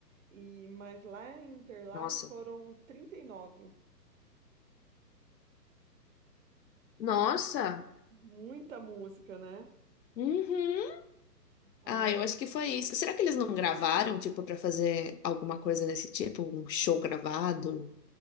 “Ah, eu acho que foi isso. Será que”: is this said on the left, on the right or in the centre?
Left